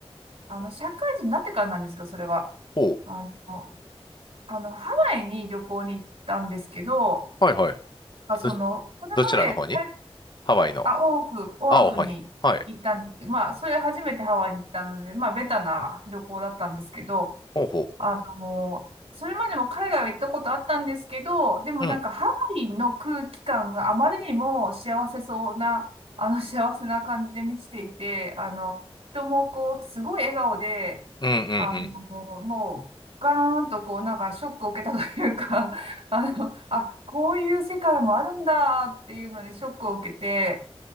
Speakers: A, on the right; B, on the left.
A: あの、社会人になってからなんですけど、それは。
B: おう、
A: あの、あのハワイに旅行に行ったんですけど、
B: はいはい。
A: まあ、その、
B: ど、
A: それまで海
B: どちらの方にハワイの。
A: あ、オアフ、オアフに行ったんですけど、
B: あ、おはに。はい。
A: まあ、それ初めてハワイに行ったので、まあ、ベタな旅行だったんですけど、
B: ほうほ
A: あの、それまでも海外は行ったことあったんですけど、でもなんかハワイの空気感があまりにも幸せそうな、
B: う。うん。
A: あの、幸せな感じで満ちていて、あの、人もこう、すごい笑顔で、
B: うん、うん、
A: あの、
B: うん。
A: もう、ガーンとこう、なんかショックを受けたというか、あの、あ、こういう世界もあるんだっていうのにショックを受けて、